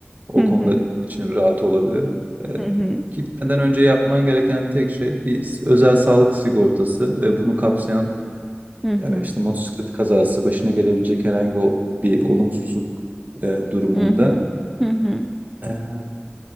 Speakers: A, on the right; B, in the centre.
A: O
B: Hı
A: konuda
B: hı.
A: için rahat olabilir. Ee,
B: Hı hı.
A: gitmeden önce yapman gereken tek şey bir özel sağlık sigortası ve bunu kapsayan
B: Hı
A: yani
B: hı
A: işte motosiklet kazası, başına gelebilecek herhangi o- bir olumsuzluk e, durumunda.
B: hı hı hı
A: Ee,